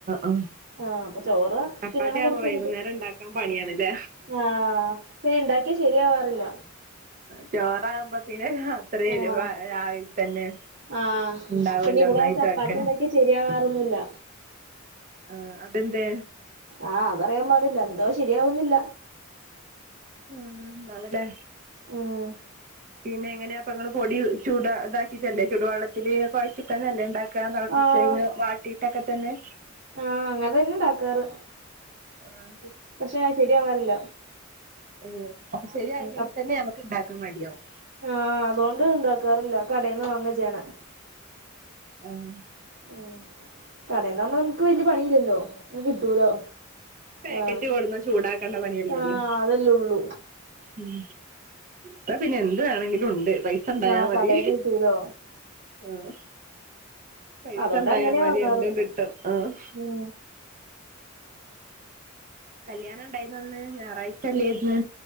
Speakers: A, on the right; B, on the right.
A: ആഹ്
B: ആഹ് അപ്പൊ ചോറ് തിന്നണം
A: പ്പാത്ത്യാവുമ്പോ
B: കൊറച്ച്
A: വൈകുന്നേരണ്ടാ
B: കഴിഞ്ഞിട്ട്
A: പണിയാണ്ലേ
B: ആഹ് പിന്നെണ്ടാക്ക്യാ ശെരിയാവാറില്ല
A: ചോറാവ്മ്പ പിന്നെ ആഹ് ഇത്രയും
B: ആഹ്
A: എരിവാ രാവില്ത്തെന്നെ
B: ആഹ്
A: ണ്ടാവല്ലോ
B: പിന്നെ ഇവിടെ
A: ഒന്നായ്ട്ട്
B: ചപ്പാത്തി
A: വെക്കാൻ
B: ഇണ്ടാക്കിയ ശരിയാവാറൊന്നുല്ല
A: ആഹ് അതെന്തേ
B: ആഹ് അതറിയാൻപാടില്ല എന്തോ ശെരിയാവുന്നില്ല
A: മ് ന്താവലേ
B: ഉം
A: പിന്നെങ്ങെനാ പ്പങ്ങൾ പൊടി ചുടാ താക്കീട്ടല്ലേ ചൂട് വെള്ളത്തിൽ കൊഴ്ച്ച്ട്ടെന്നെല്ലേ ഉണ്ടാ ക്കാ തള്പ്പിച്ചെയ്ന്
B: ആഹ്
A: വാട്ടീട്ടൊക്കെതന്നെ
B: ആഹ് അങ്ങന് തെന്നെണ്ടാക്കാറ്
A: ആഹ്
B: പക്ഷെ ശര്യാവാറില്ല
A: ഓ അപ്പംശെര്യായില്ലെങ്കിത്തെന്നെ
B: അപ്
A: നമ്മക്ക് ണ്ടാക്കാൻ മട്യാവും
B: ആഹ് അതോണ്ട് ണ്ടാക്കാറില്ല കടേന്ന് വാങ്ങാ ചെയ്യ്ണെ
A: ആഹ്
B: ഉം കടേന്നാവ്മ്പം നമ്ക്ക് വെല്യ പണിയില്ലെല്ലോ ഇങ്ങ് കിട്ടൂലോ
A: പേക്കറ്റ്
B: ആഹ്
A: കൊട്ന്ന ചൂടാക്കേണ്ട പണ്യല്ലൊള്ള്
B: ആഹ് അതല്ലേ ഉള്ളൂ
A: ഉം പ്പൊ പിന്നെന്ത് വേണെങ്കിലുണ്ട് പൈ സണ്ടയാ
B: ആഹ്
A: മതി
B: കടേന്ന് കിട്ടൂലോ
A: ആഹ് പൈസണ്ടായാ
B: അതുകൊണ്ട് അങ്ങനെയാ
A: മതി
B: വാങ്ങാറ്
A: എന്തും കിട്ടും ആഹ്
B: ഉം
A: കല്യാണം ണ്ടായിനോന്ന് ഞായറാഴ്ചല്ലേർന്ന്